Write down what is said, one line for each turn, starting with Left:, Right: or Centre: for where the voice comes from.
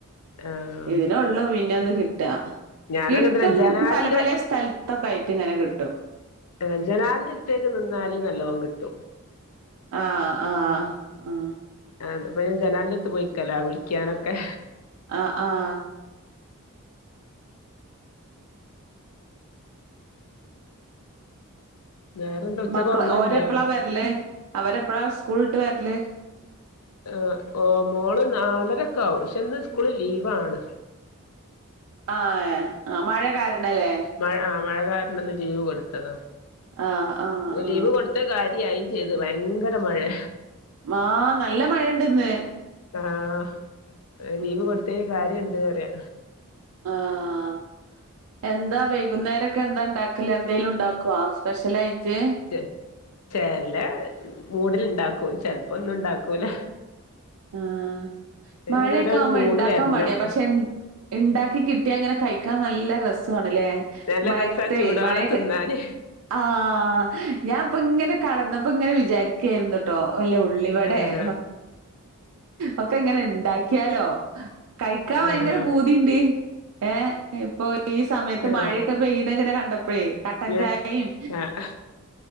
Left: ആഹ്
Right: ഇതിനൊള്ളു പിന്നെ ഒന്ന് കിട്ടാ.
Left: ഞാനും
Right: കിട്ടും
Left: അങ്ങനെ തന്നെ ജനാലിന്റെ
Right: പല പല സ്ഥൽ ഇപ്പൊക്കായിയിട്ട്ങ്ങനെ കിട്ടും.
Left: ആഹ് ജനാൽൻ്റടുത്തേറ്റ് നിന്നാല് നല്ലോം കിട്ടും.
Right: ആഹ് ആഹ് ആഹ
Left: ആഹ് അപ്പൊ ഞാൻ ജനാല്ൻ്റടുത്ത് പോയിക്കല വിളിക്കാനൊക്കെ.
Right: ആഹ് ആഹ്
Left: വേറെന്താ ഉച്ചക്ക്
Right: മക്കള്
Left: ഒറങ്ങലുണ്ടോ
Right: ഓരെപ്പളാ വര്ല് അവരെപ്പളാ സ്കൂൾട്ട് വര്ല്?
Left: ആഹ് ഓ മോള് നാലരക്കാവും പക്ഷെ ഇന്ന് സ്കൂള് ലീവാണ്.
Right: ആഹ്ഏ ആ മഴ കാരണല്ലേ?
Left: മഴ ആ മഴ കാരണ്ന്ന് ലീവ് കൊട്ത്തതാ ന്നു
Right: ആഹ് ആഹ് ആഹ്
Left: ലീവ് കൊടു ത്ത് കാര്യായി ചെയ്ത് ഭയങ്കര മഴേ.
Right: മാഹ് നല്ല മഴണ്ട്ന്ന്.
Left: ആഹ് ലീവ്
Right: ഉം
Left: കൊട്ത്തേന് കാര്യണ്ട് അറ്യാ.
Right: ആഹ് എന്താ വൈകുന്നേരൊക്കെ എന്താ ഇണ്ടാക്കല് എന്തേലുണ്ടാക്കോ സ്പെഷ്യലായിട്ട്?
Left: ചെ ചെല മൂടിലിണ്ടാക്കും ചെൽപ്പൊന്നുണ്ടാക്കൂല.
Right: ആഹ്
Left: അയിനൊരോരോ
Right: മഴക്കാവുമ്പോ
Left: മൂഡ്
Right: ഇണ്ടാക്കാ
Left: വരണം
Right: മടിയ പക്ഷെ ഇ ഇണ്ടാക്കി കിട്ട്യാ ങ്ങനെ കഴിക്കാ നല്ല രസ്യേണല്ലേ?
Left: നല്ല
Right: മഴത്തെ
Left: രസാ ചൂടോടെ
Right: മയക്ക
Left: തിന്നാന്
Right: ആഹ് ഞാൻപ്ങ്ങനെ കട്ന്നമ്പങ്ങനെ വിചാര്ക്കേര്ന്നു. ട്ടോ വല്ല ഉള്ളിവടെ
Left: ആഹ്
Right: സ ഒക്കെ ഇങ്ങനെ ഇണ്ടാക്ക്യാലോ കയ്ക്കാ
Left: ആഹ്
Right: ഭയങ്കര പൂതിണ്ട്. ഏഹ് ഇപ്പൊ ഈ സമയത്ത്
Left: ആഹ്
Right: മഴയൊക്കെ പെയ്യ്ണ്ങ്ങനെ കണ്ടപ്പോഴേ കട്ടൻചായിം
Left: ഞാ ആഹ്